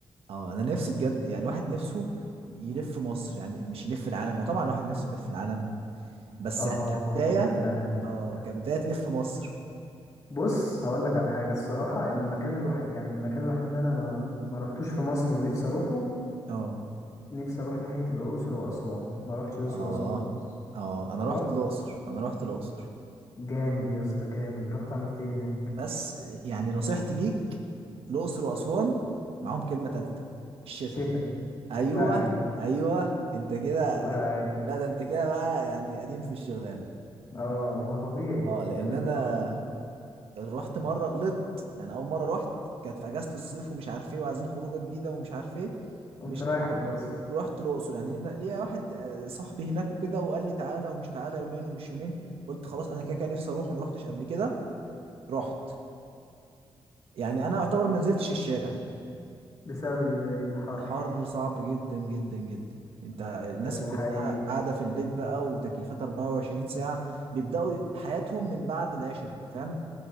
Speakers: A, on the right (about 70°); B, on the left (about 35°).
A: اه انا نفسي بجد يعني واحد نفسه يلف مصر يعني مش يلف العالم وطبعا واحد نفسه يلف العالم بس
B: اه
A: يعني كبدايه
B: يلف العالم
A: اه كبدايه تلف مصر
B: بص هقول لك على حاجة الصراحة يعني المكان الوحيد يعني المكان الوحيد اللي انا ما, ما رحتوش في مصر ونفسي اروحه
A: اه
B: نفسي اروح ناحية الاقصر واسوان ما رحتش الاقصر
A: اه
B: واسوان خالص
A: اه انا رحت
B: رحت
A: الاقصر انا رحت الاقصر
B: جامد يا اسطى جامد رحت عملت ايه هناك
A: بس يعني نصيحتي ليك الاقصر واسوان معاهم كلمه ثالثه الشتاء
B: شتاء
A: ايوه
B: والله عارف
A: ايوه انت كده
B: والله عارف
A: لا ده انت كده بقى يعني قديم في الشغلانه
B: اه ما هو طبيعي
A: اه لان
B: يعني انا
A: انا رحت مره غلطت يعني اول مره رحت كانت في اجازه الصيف ومش عارف ايه وعايزين خروجه جديده ومش عارف ايه
B: قمت
A: مش
B: رايح الأقصر
A: رحت الاقصر يعني لينا ليا واحد آه، صاحبي هناك وكده وقال لي تعالى ومش تعالى يومين ومش يومين قلت خلاص انا كده كده نفسي اروح وما رحتش قبل كده رحت يعني انا اعتبر ما نزلتش الشارع
B: بسبب ال- الحر
A: الحر صعب جدا جدا جدا انت الناس
B: ده ده
A: مم. كلها
B: حقيقي
A: قاعده في البيت بقى وتكييفات 24 ساعه بيبداوا حياتهم من بعد العشاء فاهم